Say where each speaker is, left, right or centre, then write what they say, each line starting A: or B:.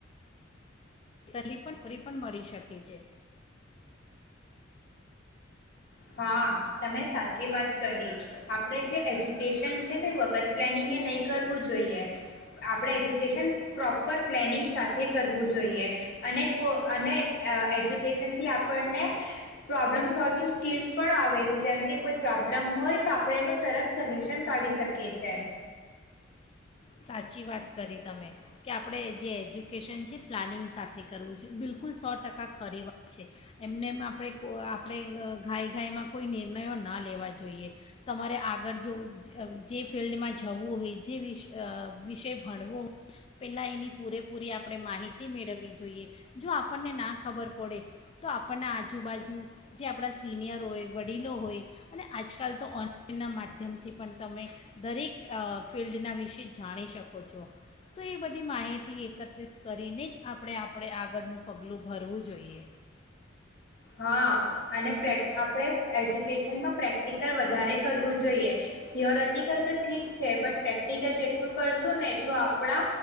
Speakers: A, on the left; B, on the left.
A: તલી પણ નોકરી પણ મળી શકે છે.
B: હા તમે સાચી વાત કહી, આપડે જે એજ્યુકેશન છે તે વગર પ્લેનિંગ નહીં કરવું જોઈએ. આપણે એજ્યુકેશન પ્રોપર પ્લેનિંગ સાથે કરવું જોઈએ, અને કો અને એજ્યુકેશનથી આપણને, પ્રોબ્લમ સોલ્વિંગ્સ સ્કીલ્સ પણ આવે છે જેમ કે કોઈ પ્રોબ્લમ હોય તો આપણે એનું તરત સોલ્યુશન કાઢી શકીએ છે.
A: સાચી વાત કરી તમે કે આપણે જે એજ્યુકેશન છે પ્લાનિંગ સાથે કરવું છે બિલકુલ સો ટકા ખરીવા છે, એમને એમ આપણે આપણે ઘાય ગાયમાં કોઈ નિર્ણયો ના લેવા જોઈએ, તમારે આગળ જો જે ફિલ્ડમાં જવું હોય જે વિશે વિષય ભણવો હોય પહેલાં એની પૂરેપૂરી આપણે માહિતી મેળવવી જોઈએ જો આપણને ના ખબર પડે તો આપણના આજુબાજુ જે આપણા સિનિયર હોય વડીલો હોય અને આજકાલ તો ઓનલાઈનના માધ્યમથી પણ તમે દરેક ફિલ્ડના વિશે. જાણી શકો છો, તો એ બધી માહિતી એકત્રિત કરીને જ આપણે આપણે આગળનું પગલું ભરવું જોઈએ.
B: હા, અને પ્રક આપણે એજ્યુકેશનમાં પ્રેક્ટિકલ વધારે કરવું જોઈએ, થિયોરેટિકલ તો ઠીક છે બટ પ્રેક્ટિકલ જેટલું કરશું ને એટલું આપણા,